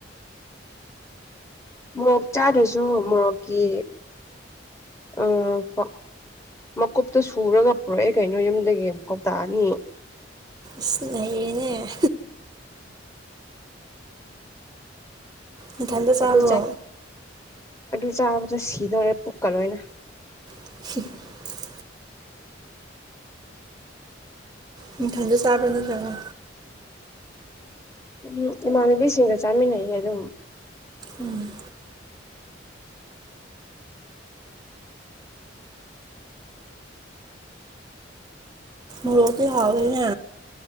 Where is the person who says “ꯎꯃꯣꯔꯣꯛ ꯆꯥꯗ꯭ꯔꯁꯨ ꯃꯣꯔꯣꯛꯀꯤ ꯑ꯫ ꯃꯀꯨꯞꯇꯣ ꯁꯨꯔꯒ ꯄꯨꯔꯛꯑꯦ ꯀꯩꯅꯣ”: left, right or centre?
Left